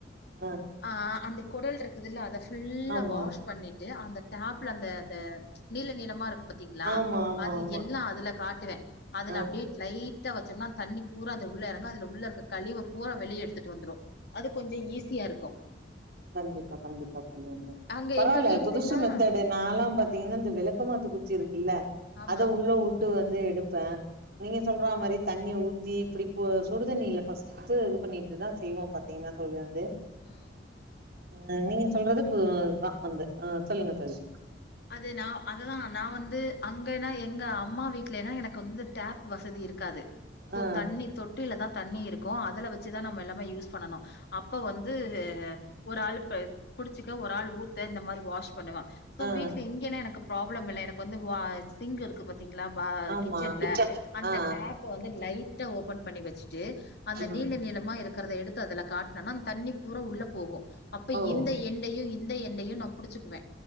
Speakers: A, on the right (about 55°); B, on the left (about 60°).
A: ஆ
B: ஆ அந்த குடல் இருக்குதுல்ல அத ஃபுல்லா
A: ஆமா
B: வாஷ் பண்ணிட்டு அந்த டேப்ல அந்த அந்த நீள நீளமா இருக்கும் பா த்திங்ளா
A: ஆமா ஆமா
B: அது
A: ஆமா
B: எல்லாம் அதுல காட்டுவேன் அதுல
A: ஆ
B: அப்டியே லைட்டா வச்சோம்னா தண்ணி பூரா அந்த உள்ள இறங்கும் அதுல உள்ள இருக்க கழிவு பூராம் வெளிய எடுத்துட்டு வந்துடும் அது கொஞ்சம் ஈஸியாருக்கும்
A: கண்டிப்பா கண்டிப்பா தோழி
B: அங்க
A: பரவால
B: எங்க வீட்லனா
A: புதுஷா மெத்தேட நாலாம் பாத்தீங்கன்னா இந்த வெளக்கமாத்து குச்சி இருக்குல்ல
B: ஆமா
A: அத உள்ள விட்டு வந்து எடுப்பேன் நீங்க
B: ம்
A: சொல்றா மாரி தண்ணிய ஊத்தி இப்டி சுடுதண்ணில ஃபஸ்ட்டு இது பண்ணிட்டு தான் செய்வோம் பாத்தீங்கன்னா தோழி வந்து
B: ம்
A: அ நீங்க சொல்றது பு இதான் வந்து அ சொல்லுங்க தோழி
B: அது நான் அதுதான் நான் வந்து அங்கன்னா எங்க அம்மா வீட்லனா எனக்கு வந்து டேப் வசதி இருக்காது சோ
A: ஆ
B: தண்ணி தொட்டில தான் தண்ணி இருக்கும் அதுல வச்சுதான் நம்ம எல்லாமே யூஸ் பண்ணனும் அப்ப வந்து ஒரு ஆள் புடிச்சுக்க ஒரு ஆள் ஊத்த இந்த மாரி வாஷ் பண்ணுவேன் ஸோ
A: ஆ ஆ ஆ
B: வீட்டில் இங்கேல்லாம் எனக்கு ப்ராப்ளம் இல்லை எனக்கு வந்து வா சிங்க் இருக்கு பாத்தீங்ளா
A: ஆமா
B: கிச்சன்ல அந்த
A: ஆ ஆ
B: டேப் ப வந்து லைட்டா ஓபன் பண்ணி வச்சுட்டு அந்த
A: ம்
B: நீள நீளமா இருக்க எடுத்து அதல காட்டினோனா தண்ணி பூரா உள்ள போகும் அப்ப
A: ஓ
B: இந்த எண்டையும் இந்த எண்டையும் நம் புடுச்சுக்குவே